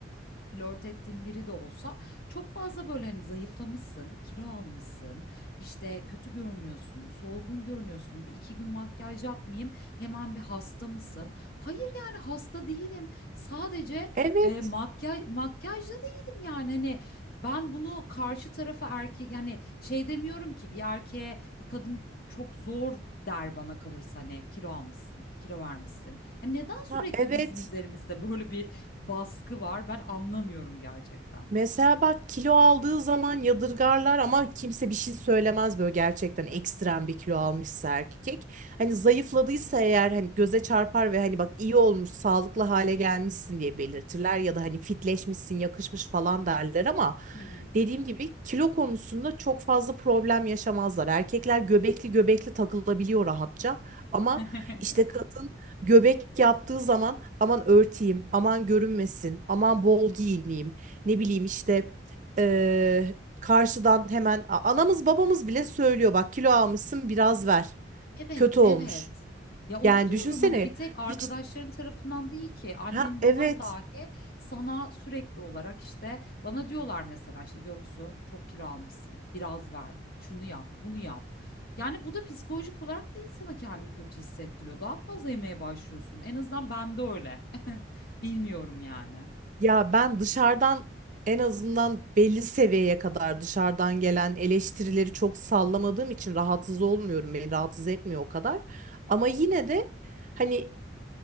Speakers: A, on the left; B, on the right.
A: flört ettiğin biri de olsa çok fazla böyle hani zayıflamışsın, kilo almışsın, işte kötü görünüyorsun, solgun görünüyorsun. Bir iki gün makyaj yapmayayım, hemen bir hasta mısın? Hayır yani hasta değilim. Sadece
B: Evet.
A: e, makyaj makyajlı değilim yani hani ben bunu karşı tarafa erkek yani şey demiyorum ki bir erkeğe bir kadın çok zor der bana kalırsa hani kilo almışsın, kilo vermişsin. Ya neden sürekli
B: Ha, evet.
A: bizim üzerimizde böyle bir baskı var. Ben anlamıyorum gerçekten.
B: Mesela bak kilo aldığı zaman yadırgarlar ama kimse bir şey söylemez böyle gerçekten ekstrem bir kilo almışsa erkek. Hani zayıfladıysa eğer hani göze çarpar ve hani bak iyi olmuş, sağlıklı hale gelmişsin diye belirtirler ya da hani fitleşmişsin, yakışmış falan derler ama
A: Hı hı.
B: dediğim gibi kilo konusunda çok fazla problem yaşamazlar. Erkekler göbekli göbekli takılabiliyor rahatça ama
A: <laughs>
B: işte kadın göbek yaptığı zaman aman örteyim, aman görünmesin, aman bol giyineyim ne bileyim işte eee, karşıdan hemen a- anamız babamız bile söylüyor bak kilo almışsın biraz ver
A: Evet,
B: kötü olmuş.
A: evet. Ya onu
B: Yani
A: diyorum
B: düşünsene
A: hani bir tek arkadaşların
B: hiç
A: tarafından değil ki annen
B: ha
A: baban
B: evet
A: dahi sana sürekli olarak işte bana diyorlar mesela işte Göksu çok kilo almışsın biraz ver şunu yap bunu yap. Yani bu da psikolojik olarak da insana kendini kötü hissettiriyor. Daha fazla yemeye başlıyorsun. En azından bende öyle. <laughs> Bilmiyorum yani.
B: ya ben dışarıdan en azından belli seviyeye kadar dışarıdan gelen eleştirileri çok sallamadığım için rahatsız olmuyorum beni rahatsız etmiyor o kadar. Ama yine de hani